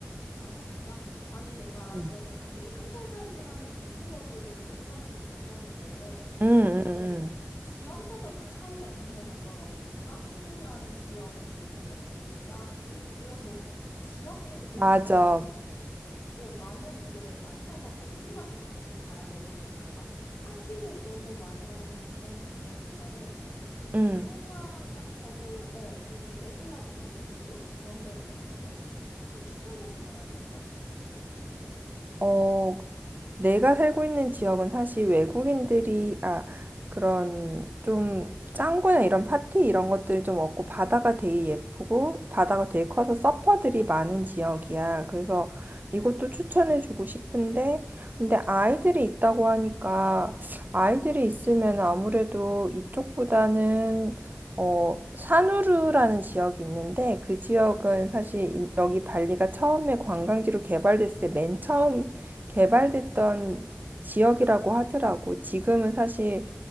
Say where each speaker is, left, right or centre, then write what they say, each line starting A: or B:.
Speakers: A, on the left (about 85°); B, on the right (about 40°).
A: 아, 진짜? 아니, 내가
B: 음.
A: 그래서 발리 한 달 살기 하는 유튜버들 이런 영상을 좀 봤었는데,
B: 음, 음, 음.
A: 어, 뭐, 지역마다 또 차이가 있는 것 같더라고. 뭐, 짱구라는 지역도 있고, 뭐, 꾸따, 뭐, 이런 뭐, 지역별로 또
B: 맞아.
A: 다르던데, 또 어, 나는 이제 남편하고 애들하고 같이 가야 되기 때문에 막 파티를 너무 많이 하는 그런 동네보다는 조금
B: 응.
A: 조용하면서도 어, 그렇게 애들하고 놀기 좋은 그런 데를 원하거든? 혹시 추천해줄 만한 데 있어?
B: 어, 내가 살고 있는 지역은 사실 외국인들이, 아, 그런 좀 짱구나 이런 파티 이런 것들이 좀 없고 바다가 되게 예쁘고 바다가 되게 커서 서퍼들이 많은 지역이야. 그래서 이것도 추천해주고 싶은데, 근데 아이들이 있다고 하니까 아이들이 있으면 아무래도 이쪽보다는 어, 산우루라는 지역이 있는데 그 지역은 사실 이- 여기 발리가 처음에 관광지로 개발됐을 때 맨 처음 개발됐던 지역이라고 하더라고. 지금은 사실